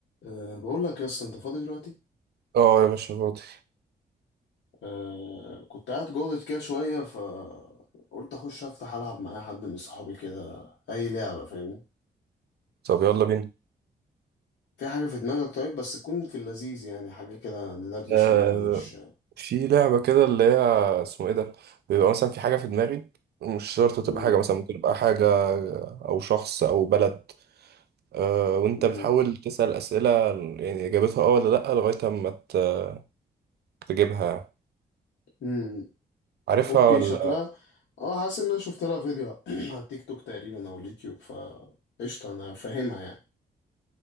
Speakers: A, on the left (about 85°); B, on the right (about 65°).
A: أه بقول لك يا اسطى انت فاضي دلوقتي
B: اه يا باشا فاضي
A: أه كنت قاعد جوه كده شويه فقلت اخش افتح العب مع أي حد من صحابي كده اي لعبه فاهمني
B: طب يلا بينا
A: في حاجه في دماغك طيب بس تكون في اللذيذ يعني حاجه كده ندردش
B: آه
A: فيها مش
B: في لعبة كده اللي هي اسمه ايه ده بيبقى مثلا في حاجة في دماغي مش شرط
A: مم.
B: تبقى حاجة مثلا ممكن تبقى حاجة أو شخص أو بلد آه وأنت
A: مم.
B: بتحاول تسأل أسئلة يعني إجابتها اه ولا لأ لغاية أما ت- تجيبها
A: مم.
B: عارفها
A: اوكي
B: ولا
A: شكلها اه حاسس ان انا شفت لها فيديو <clears throat> على التيك توك تقريبا او اليوتيوب ف قشطه انا فاهمها يعني